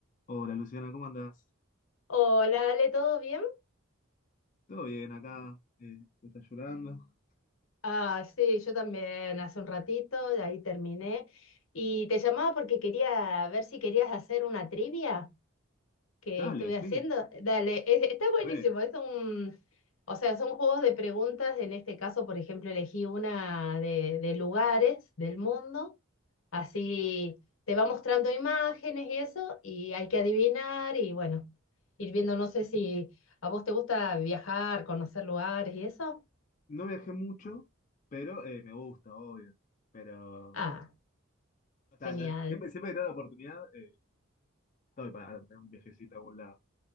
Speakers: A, on the left (about 35°); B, on the left (about 80°).
A: Hola Luciana, ¿cómo andás?
B: Hola, Ale, ¿todo bien?
A: Todo bien acá, eh, desayunando.
B: Ah, sí, yo también hace un ratito, de ahí terminé. Y te llamaba porque quería ver si querías hacer una trivia que
A: Dale,
B: estuve haciendo.
A: sí,
B: Dale, es- está buenísimo.
A: re.
B: Es un, o sea, son juegos de preguntas. En este caso, por ejemplo, elegí una de, de lugares del mundo. Así te va mostrando imágenes y eso, y hay que adivinar y bueno, ir viendo, no sé si a vos te gusta viajar, conocer lugares y eso.
A: No viajé mucho, pero eh, me gusta, obvio. Pero
B: Ah.
A: o ta-
B: Genial.
A: siempre, siempre que tengo la oportunidad, eh, estoy para para un viajecito a algún lado.